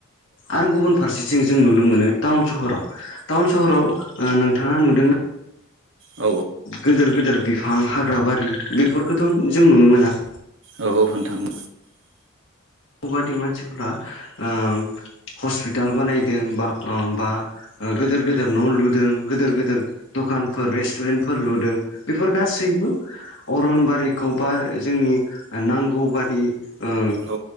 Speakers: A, on the left; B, on the right.
A: आरो गुबुन फारसेथिं जों नुनो मोनो टाउन सहराव टाउन सहराव ओ नोंथाङा नुदोंना?
B: औ
A: गोदोर गोदोर बिफां हाग्रा बारि बेफोर खौथ' जों नुनो मोना।
B: औ औ होन थाङो।
A: ग बादि मानसि फोरा ओ हस्पिटाल बानायदों बा बा गिदिर गिदिर न' लुदों गिदिर गिदिर दुखान फोर रेस्टुरेन्ट फोर लुदों बेफोर गासैबो अरनबारिखौ बा जोंनि नांगौ बादि ओ
B: औ